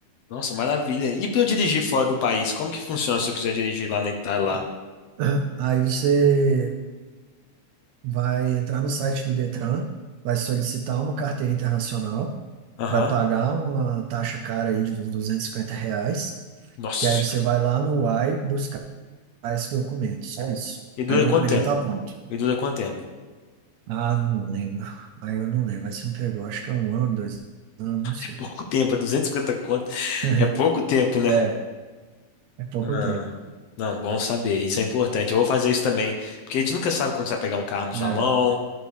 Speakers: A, on the left (about 75°); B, on the right (about 80°).
A: Nossa, maravilha. E pra eu dirigir fora do país, como que funciona se eu quiser dirigir lá na Itália lá?
B: Ah, <clears throat> Aí você vai entrar no site do Detran, vai solicitar uma carteira internacional,
A: Aham.
B: vai pagar uma taxa cara aí de uns 250 reais.
A: Nossa
B: E aí você
A: Senhora.
B: vai lá no uai Ah, esse documento, só isso.
A: E
B: Aí
A: dura
B: o documento
A: quanto tempo?
B: já tá pronto.
A: E dura quanto tempo?
B: Ah, não lembro. Aí eu não lembro. Aí você me pegou, acho que é um ano, dois anos, não sei.
A: É pouco tempo, é duzentos e cinquenta. conto.
B: <laughs>
A: É pouco tempo, né?
B: É, é pouco
A: Ah,
B: tempo.
A: não, bom saber. Isso é importante. Eu vou fazer isso também. Porque a gente nunca sabe quando você vai pegar um carro na sua
B: É,
A: mão.